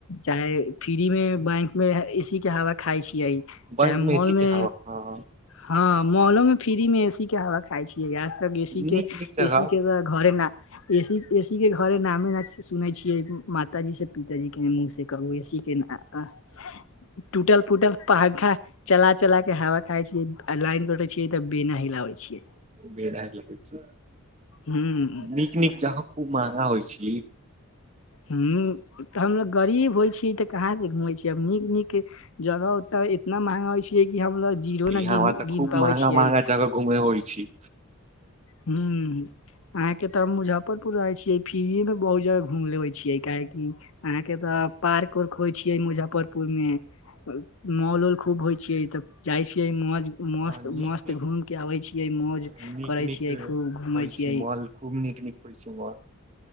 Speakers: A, on the left; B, on the right.
A: चाहे फ्री मे बैंक मे एसी के हवा खााय छियै।
B: बैंक
A: चाहे मॉल
B: में एसी
A: मे
B: के हवा ह।
A: हँ मॉलों फ्री में ए के हवा खााय छियै। आजतक एसी
B: नीक
A: के
B: नीक जगह
A: एसी के तऽ घरे ना एीसी- एसी के घरे नामे ना से सुनै छियै। माता जी से पिताजी के मुँह से कहूं एसी के आ -आ टूटल- फुटल पंखा चला- चला के हवा खााय छीयै, आ लाइन कटल तऽ बेना हिलाबे छीयै।
B: बेना हिलाबै छीयै,
A: हूं
B: नीक- नीक जहां खूब महंगा होइ छी।
A: हू तऽ हमलोग गरीब होइ छी तऽ कहाँसँ घुमै छी, आब नीक- नीक जगह उ तऽ इतना महंगा हो छै कि हमलोग जीरो
B: यहाँ
A: न गिन
B: तऽ खूब
A: गिन पाबै
B: महंगा-
A: छियै
B: महंगा जगह घूमे होइ छी।
A: हूँऽ। आहं के तऽ मुजफ्फरपुर रहय छियै, फिरए में बहुत जगह घूम लेवे छियै काहेेकी अहाँके तऽ पार्क- उर्क होइ छियै मुजफ्फरपुर में। मॉल औल खूब होइ छैय तब जाइ छियै मौज मस्त-
B: हँ नीक
A: मस्त
B: नीक
A: घूमके आबै छियै मौज
B: नीक
A: करै
B: नीक
A: छियै खूब घूमै
B: होइ छी
A: छियै।
B: मॉल खूब नीक -नीक <unintelligible>